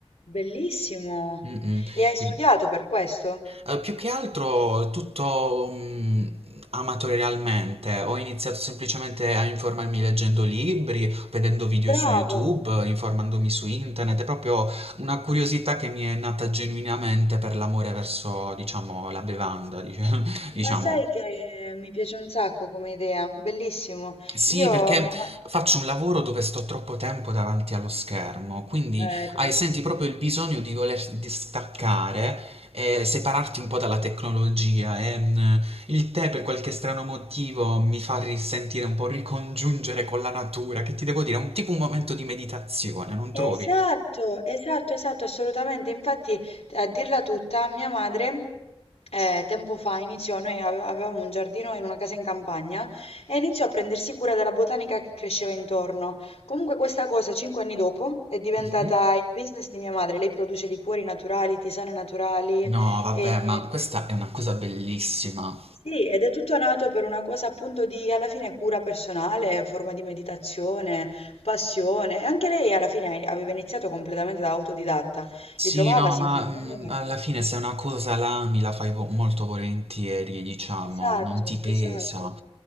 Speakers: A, on the left; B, on the right.
A: Bellissimo!
B: Mh-mh,
A: E hai studiato
B: quindi
A: per questo?
B: eh, più che altro tutto mm, amatorialmente, ho iniziato semplicemente a informarmi leggendo libri, vedendo video
A: Bravo,
B: su YouTube, informandomi su internet, è proprio una curiosità che mi è nata genuinamente per l'amore verso, diciamo, la bevanda, dic- <laughs> diciamo.
A: Ma sai che mi piace un sacco come idea, bellissimo.
B: Sì,
A: Io,
B: perché
A: mia
B: faccio un lavoro dove sto troppo tempo davanti allo schermo, quindi
A: ma- eh, ti
B: hai,
A: capisco.
B: senti proprio il bisogno di voler distaccare e separarti un po' dalla tecnologia. E, mh, il tè, per qualche strano motivo, mi fa risentire un po' ricongiungere con la natura, che ti devo dire, è un tipo un momento di meditazione, non
A: Esatto,
B: trovi?
A: esatto, esatto, assolutamente. Infatti, a dirla tutta, mia madre eh, tempo fa iniziò, noi ave- avevamo un giardino in una casa in campagna e iniziò a prendersi cura della botanica che cresceva intorno. Comunque questa cosa, cinque anni dopo, è diventata
B: Mhm.
A: il business di mia madre. Lei produce liquori naturali, tisane naturali
B: No, vabbè,
A: e...
B: ma questa è una cosa bellissima.
A: Sì, ed è tutto nato per una cosa appunto di alla fine cura personale, forma di meditazione, passione. Anche lei alla fine aveva iniziato completamente da autodidatta,
B: Sì,
A: li trovava,
B: no,
A: si
B: ma
A: informava.
B: mm, alla fine se è una cosa l'ami, la fai vo- molto volentieri, diciamo,
A: Esatto,
B: non ti pesa.
A: esatto.